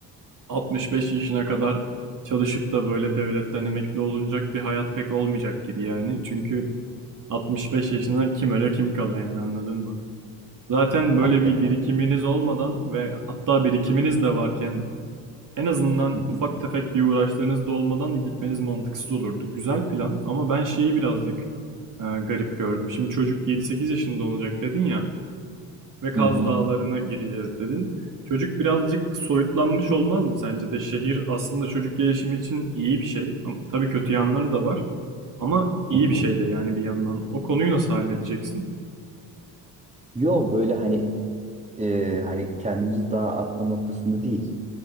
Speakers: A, on the right; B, on the right.
A: 65 yaşına kadar çalışıp da böyle devletten emekli olunacak bir hayat pek olmayacak gibi yani. Çünkü 65 yaşına kim öle kim kala yani anladın mı? Zaten böyle
B: Hakikaten
A: bir birikiminiz
B: yani.
A: olmadan ve hatta birikiminiz de varken en azından
B: Hı hı.
A: ufak tefek bir uğraşlarınız da olmadan gitmeniz mantıksız olurdu. Güzel plan ama ben şeyi birazcık e, garip gördüm. Şimdi çocuk 7-8 yaşında olacak dedin ya ve Kaz
B: Hı hı.
A: Dağları'na gideceğiz dedin. Çocuk birazcık soyutlanmış olmaz mı sence de? Şehir aslında çocuk gelişimi için iyi bir şey. Am- Tabii kötü yanları da var ama iyi
B: Hı
A: bir
B: hı.
A: şey de yani bir yandan. O konuyu nasıl halledeceksin?
B: Yo böyle hani e, hani kendimizi dağa atma noktasında değil.